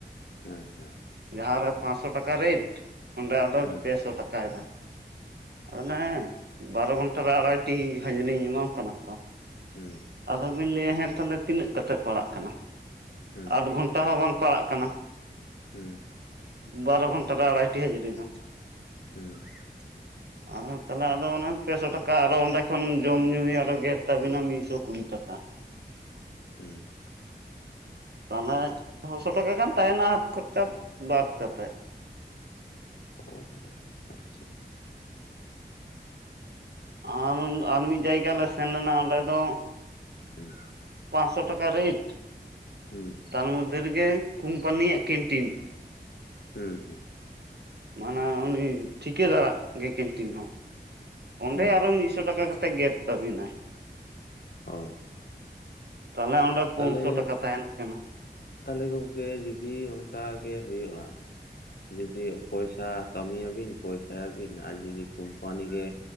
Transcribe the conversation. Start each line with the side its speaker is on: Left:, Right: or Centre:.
Left: ᱟᱪᱪᱷᱟ ᱾
Right: ᱡᱟᱦᱟᱸᱨᱮ ᱯᱟᱸᱥᱥᱚ ᱴᱟᱠᱟ ᱨᱮᱴ ᱚᱱᱰᱮ ᱟᱫᱚ
Left: ᱦᱩᱸ
Right: ᱯᱮᱥᱚ ᱴᱟᱠᱟᱭᱮᱱᱟ᱾ ᱚᱱᱮ
Left: ᱦᱩᱸ
Right: ᱵᱟᱨᱚ ᱜᱷᱚᱱᱴᱟ ᱨᱮ ᱟᱲᱟᱭᱴᱤ ᱦᱟᱹᱡᱨᱤᱧ ᱮᱢᱟᱢ ᱠᱟᱱᱟ ᱛᱚ ᱾
Left: ᱦᱩ ᱸ᱾
Right: ᱟᱫᱚᱵᱤᱱ ᱞᱟᱹᱭᱟ ᱦᱮᱸ ᱛᱟᱦᱞᱮ ᱛᱤᱱᱟᱹᱜ ᱠᱟᱛᱮᱫ ᱯᱟᱲᱟᱜ ᱠᱟᱱᱟ, <inaudible>
Left: ᱦᱩᱸ
Right: ᱟᱫᱷ ᱜᱷᱚᱱᱴᱟ ᱦᱚᱸ ᱵᱟᱝ ᱯᱟᱲᱟᱜ ᱠᱟᱱᱟ᱾
Left: ᱦᱮᱸ ᱾
Right: ᱵᱟᱨᱚ ᱜᱷᱚᱱᱴᱟ ᱨᱮ ᱟᱲᱟᱭᱴᱤ ᱦᱟᱹᱡᱨᱤ ᱫᱚ᱾
Left: <inaudible>
Right: <inaudible> ᱟᱫᱚ ᱛᱟᱦᱚᱞᱮ ᱟᱫᱚ ᱚᱱᱟ ᱯᱮᱥᱚ ᱴᱟᱠᱟ ᱟᱨᱚ ᱚᱸᱰᱮ ᱠᱷᱚᱱ ᱡᱚᱢᱧᱩ ᱟᱨᱚ ᱜᱮᱫ ᱛᱟᱵᱤᱱᱟ ᱢᱤᱫᱥᱚ ᱠᱩᱲᱤ ᱴᱟᱠᱟ ᱾
Left: ᱦᱮᱸ ᱾
Right: ᱛᱟᱦᱚᱞᱮ ᱪᱷᱚᱥᱚ ᱴᱟᱠᱟ ᱜᱟᱱ ᱛᱟᱦᱮᱱᱟ ᱦᱟᱛ ᱠᱷᱚᱨᱪᱟ ᱵᱟᱫ ᱠᱟᱛᱮᱫ ᱾
Left: ᱦᱩᱸ ᱦᱩᱸ ᱟᱨ ᱪᱮᱫ ᱾
Right: ᱟᱨ ᱟᱨ ᱢᱤᱫ ᱡᱟᱭᱜᱟ ᱞᱮ ᱥᱮᱱ ᱞᱮᱱᱟ ᱚᱸᱰᱮ ᱫᱚ
Left: <inaudible>
Right: ᱯᱟᱸᱥᱥᱚ ᱴᱟᱠᱟ ᱨᱮᱴ <inaudible>
Left: ᱦᱩᱸ
Right: ᱛᱟᱨ ᱢᱚᱫᱽᱫᱷᱮ ᱨᱮᱜᱮ ᱠᱳᱢᱯᱟᱹᱱᱤᱭᱟᱜ ᱠᱮᱱᱴᱤᱱ ᱾
Left: ᱦᱩᱸ ᱦᱩᱸ ᱾
Right: ᱢᱟᱱᱮ ᱩᱱᱤ ᱴᱷᱤᱠᱟᱹ ᱫᱟᱨᱟᱜ ᱜᱮ ᱠᱮᱱᱴᱤᱱ ᱦᱚᱸ ᱾ ᱚᱸᱰᱮ
Left: ᱦᱮᱸ
Right: ᱟᱨᱚ ᱢᱤᱫᱥᱚ ᱴᱟᱠᱟ ᱠᱟᱛᱮᱫ ᱜᱮᱫ ᱛᱟᱹᱵᱤᱱᱟᱭ ᱾
Left: ᱚ
Right: ᱛᱟᱦᱚᱞᱮ ᱚᱸᱰᱮ ᱯᱩᱱᱥᱚ
Left: ᱛᱟᱦᱚᱞᱮ
Right: ᱴᱟᱠᱟ ᱛᱟᱦᱮᱱ ᱠᱟᱱᱟ᱾
Left: ᱛᱟᱦᱚᱞᱮ ᱜᱚᱢᱠᱮ ᱡᱩᱫᱤ ᱚᱱᱠᱟ ᱜᱮ ᱦᱩᱭᱩᱜ-ᱟ ᱡᱩᱫᱤ ᱯᱚᱭᱥᱟ ᱠᱟᱹᱢᱤᱭᱟᱵᱤᱱ ᱯᱚᱭᱥᱟᱭᱟᱵᱤᱱ ᱟᱨ ᱡᱩᱫᱤ ᱠᱳᱢᱯᱟᱱᱤ ᱜᱮ